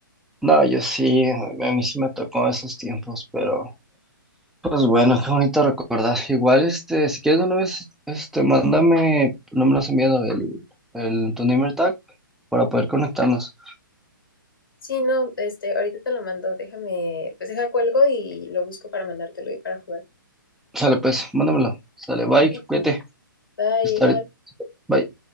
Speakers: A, in the centre; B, on the left.
A: no, yo sí, a mí sí me tocó esos tiempos, pero... Pues bueno, qué bonito recordar. Igual, este, si quieres de una vez, este, mándame, no me lo has enviado, el, el, tu name tag para poder conectarnos.
B: Sí, no, este, ahorita te lo mando, déjame, pues deja cuelgo y lo busco para mandártelo y para jugar.
A: Sale pues, mándamelo. Sale, bye,
B: Sí,
A: cuídate.
B: va
A: Hasta
B: igual.
A: ahorita, bye.